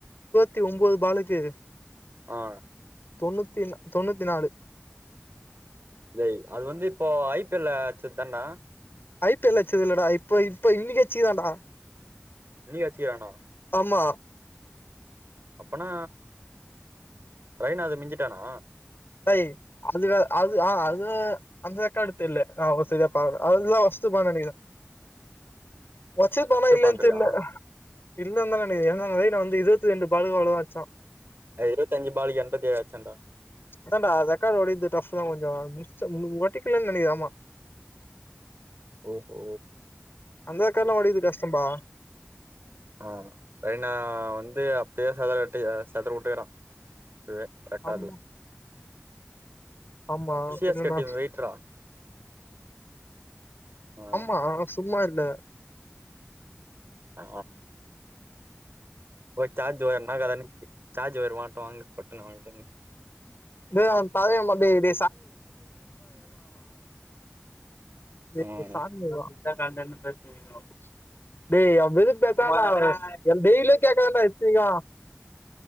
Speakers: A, on the left; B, on the right.
A: தி ஒம்போது பாலுக்கேது
B: ஆ
A: தொண்ணூத்தி நா தொண்ணூத்தி நாலு
B: ஜய் அது வந்து இப்போ ஐ பி எல்ல அச்சத் தான்டா
A: ஐ பி எல்ல அச்சது இல்லடா இப்ப இப்ப இன்னிக்கே அச்சிக்கிறான்டா
B: இன்னிக்கி அச்சிக்கிறானா
A: ஆமா
B: அப்பனா ரெய்னாது மிஞ்சிட்டானா
A: டேய் அது வேற அது ஆ அத் து அந்த ரெக்காடு தெர்ல நா அவ்ளோ சரியா பாக்குல அதுதா ஒஷ்ட்டுப்பான்னு நெனைக்கிறே ஒச்சிருப்பானா
B: ஃபர்ஸ்ட்
A: இல்லையான்
B: பண்றியா
A: தெர்ல இ இல்லனுதா நெனைக்கிறே ஏனா ரெய்னா வந்து இருவத்தி ரெண்டு பாலுக்கு அவளோ தா அச்சா
B: அ இருவத்தஞ்சு பாலுக்கு எண்பத்தி ஏழு அச்சான்டா
A: அதான்டா ரெக்கார்டு ஓடைக்குறது டஃப்பு தா கொஞ்சோ <unintelligible> ஒடைக்குல்லன்னு நெனைக்கிறன் ஆமா
B: ஓஹோ
A: அந்த ரெக்காட்லா ஒடைக்குது கஷ்டம்பா
B: ஆ ரெய்னா வந்து அப்பயே சதறட்டி அ செதற உட்டுக்குறா ரெ ரெக்காட்ல
A: ஆமா ஆமா பின்ன
B: எஸ் கே
A: நா
B: டீம் வெயிட்றா ஆ
A: ஆமா சும்மா இல்ல
B: ஆ ஒரு சார்ஜ் வேனா கடனுக்கு சார்ஜ் வேணுமாட்டுவாங்க பட்டுனு வாங்க்கனு
A: <unintelligible> எங்கடா கேக்றானுவ டே
B: ம்
A: சாவி குர்றா <unintelligible> டே அவ வெறுப்பேத் <unintelligible> எம்பெய்லே கேக்கறான்டா இத்தனிக்கு